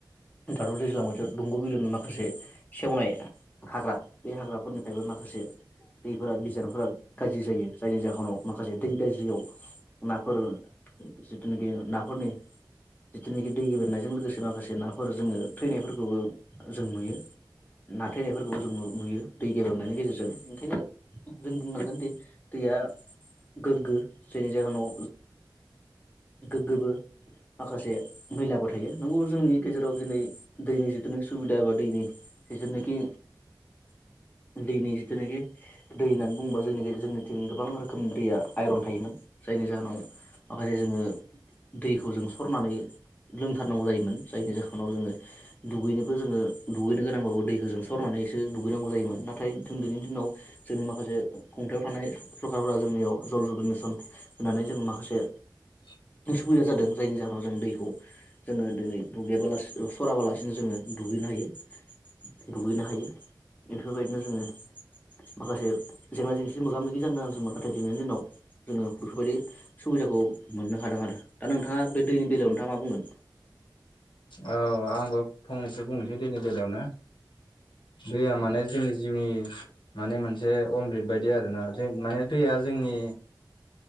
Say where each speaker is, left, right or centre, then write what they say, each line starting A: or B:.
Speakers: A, on the left; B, on the left.
A: दादर दैज्लां बोथोर दंग' बिलोनि माखासे सेवनाय हाग्रा बे हाग्राफोरनिफ्रायबो माखासे दैफोरा बिजानफोरा गाज्रि जायो जायनि जाहोनाव माखासे दै गाज्रियाव नाफोर जिथुनाखि नाफोरनि जिथुनाखि दै गेब्रेंनायजों लोगोसे माखासे नाफोर जोङो थैनायफोरखौबो जों नुयो। ना थैनायफोरखौबो जों नुयो दै गेब्रेंनायनि गेजेरजों ओंखायनो जों बुंनांगोन दि दै या गोग्गो जायनि जाहोनाव गोग्गोबो माखासे मैलाबो थायो नंगौबो जोंनि गेजेराव दिनै दैनि जिथुनिख सुबिदा एबा दैनि जिथुनिखि दैनि जिथुनाखि दै होननानै बुङोबा जोंनिखै जोंनिथिं गोबां रोखोमनि दैया आइरन थायोमोन। जायनि जाहोनाव माखासे जोङो दैखौ जों सरनानै लोंथारनांगौ जायोमोन जायनि जाहोनाव जोङो दुगैनोबो जोङो दुगैनो गोनांबाबो दैखौ जों सरनानै सो दुगैनांगौ जायोमोन। नाथाय जों दिनैनि दिनाव जोंनि माखासे खुंथायाव थानाय सरखारफोरा जोंनियाव जल जिबन मिसन होननानै जों माखासे
B: <inaudible>
A: सुबिदा जादों जायनि जाहोनाव जों दैखौ जोङो दोनै दुगैयाबालासिनो सराबालासिनो जोङो दुग गैनो हायो दुगैनो हायो। बेफोरबायदिनो जोङो माखासे जेंना जेंसि मोगा मोगि जानो नांदोंमोन नाथाय दिनैनि दिनाव जोङो बेफोरबायदि सुबिदाखौ मोननो हादों आरो। दा नोंथाङा बे दैनि बेलायाव नोंथाङा मा बुंगोन
B: औ आंबो फंनैसो बुंनोसै दैनि बेलायावनो दैया माने जोंनि जिउनि माने मोनसे अमृत बायदि आरो ना जों माने दैया जोंनि